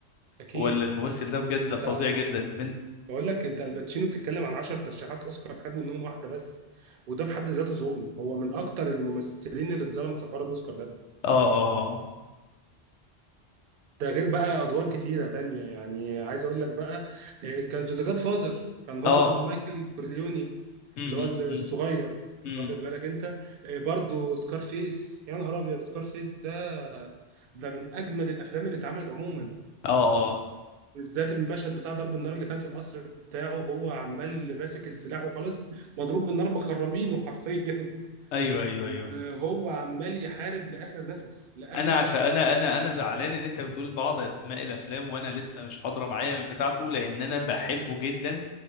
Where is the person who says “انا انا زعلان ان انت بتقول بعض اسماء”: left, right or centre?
Left